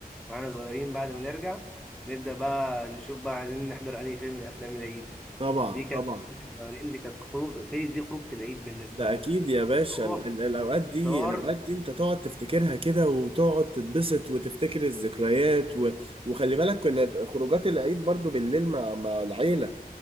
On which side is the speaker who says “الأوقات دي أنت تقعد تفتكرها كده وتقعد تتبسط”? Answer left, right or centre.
Right